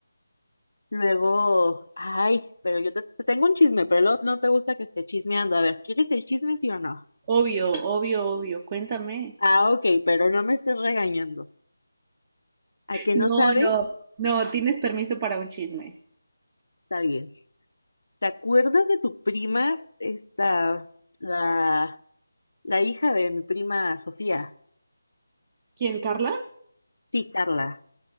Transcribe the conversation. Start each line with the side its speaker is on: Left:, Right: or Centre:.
Left: Luego, ay, pero yo te, te tengo un chisme, pero luego no te gusta que esté chismeando. A ver, ¿quieres el chisme, sí o no?
Right: Obvio, obvio, obvio, cuéntame.
Left: Ah, ok, pero no me estés regañando. ¿A que
Right: No,
Left: no sabes?
Right: no, no, tienes permiso para un chisme.
Left: Está bien. ¿Te acuerdas de tu prima, esta, la, la hija de mi prima Sofía?
Right: ¿Quién, Carla?
Left: Sí, Carla.